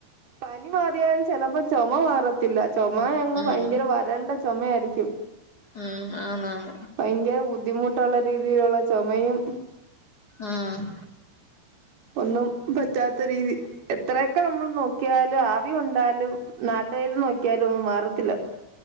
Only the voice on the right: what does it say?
പനി മാറിയാൽ ചെലപ്പോ ചോമ മാറ ത്തില്ല ചോമ അങ്ങ്
ഭയങ്കര വരണ്ട ചുമയായിരിക്യും
ഭയങ്കര ബുദ്ധിമുട്ടുള്ള രീതിയിലുള്ള ചോമയും
ഒന്നും പറ്റാത്ത രീതി എത്രയൊക്കെ നമ്മള് നോക്കിയാലും ആവി കൊണ്ടാലും ന ട്ടേത് നോക്കിയാലും മാറത്തില്ല